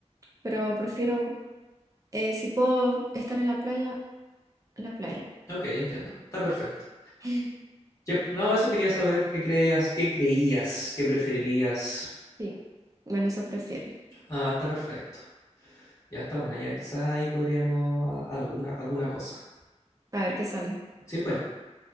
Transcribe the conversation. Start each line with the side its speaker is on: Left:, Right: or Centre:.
Right: pero prefiero Eh, si puedo estar en la playa, en la playa.
Left: Ok, entiendo. Está perfecto.
Right: <laughs>
Left: Ya, pues, no, eso quería saber qué creías, qué creías, qué preferirías.
Right: Sí, bueno, eso prefiero.
Left: Ah, está perfecto. Ya está buena. ya quizá ahí podríamos a- alguna, alguna cosa.
Right: A ver qué sale.
Left: Sí, pues,